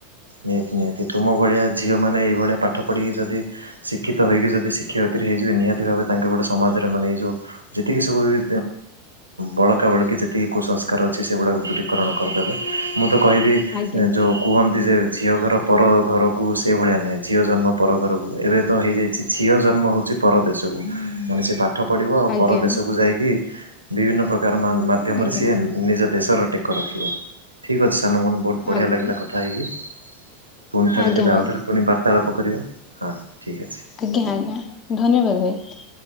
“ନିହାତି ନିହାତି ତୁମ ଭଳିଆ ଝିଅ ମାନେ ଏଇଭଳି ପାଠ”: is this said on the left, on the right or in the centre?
Right